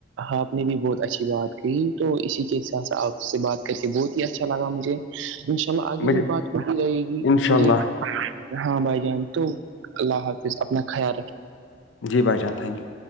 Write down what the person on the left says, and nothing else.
مجھے
ان شاء
اللہ
جی بھائی جان تھنک یو